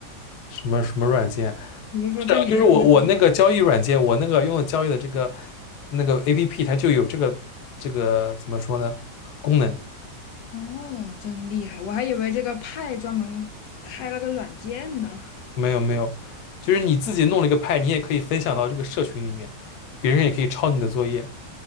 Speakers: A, on the left (about 70°); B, on the left (about 85°).
A: 什么什么软件？
B: 比如说在你那个，
A: 是啊就是我我那个交易软件，我那个用的交易的这个那个 APP，它就有这个这个怎么说呢功能。
B: 哦，真厉害，我还以为这个派专门开了个软件呢。
A: 没有没有，就是你自己弄了一个派，你也可以分享到这个社群里面，别人也可以抄你的作业